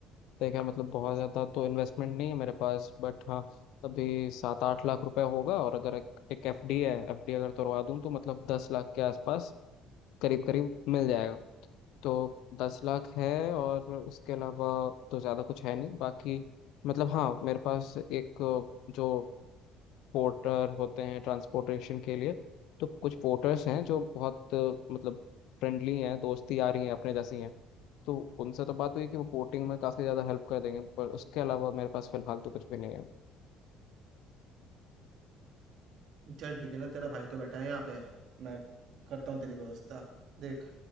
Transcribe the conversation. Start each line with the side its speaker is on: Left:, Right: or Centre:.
Left: देखा मतलब बहुत ज़्यादा तो इन्वेस्टमेंट नहीं है मेरे पास बट हाँ अभी सात आठ लाख रुपए होगा और अगर एक, एक एफ डी है एफ डी अगर तोड़वा दूँ तो मतलब दस लाख के आसपास करीब करीब मिल जाएगा तो दस लाख है और उसके अलावा तो ज़्यादा कुछ है नहीं बाकी मतलब हाँ मेरे पास एक जो पोर्टर होते हैं ट्रांसपोर्टेशन के लिए तो कुछ पोर्टर्स हैं जो बहुत अ, मतलब फ्रेंडली हैं दोस्ती आ रही हैं अपने जैसी हैं तो उनसे तो बात हुई कि वो पोर्टिंग में काफ़ी ज़्यादा हेल्प कर देंगे पर उसके अलावा मेरे पास फिलहाल तो कुछ भी नहीं है
Right: चल ठीक है ना तेरा भाई तो बैठा है यहाँ पे मैं करता हूँ तेरी व्यवस्था देख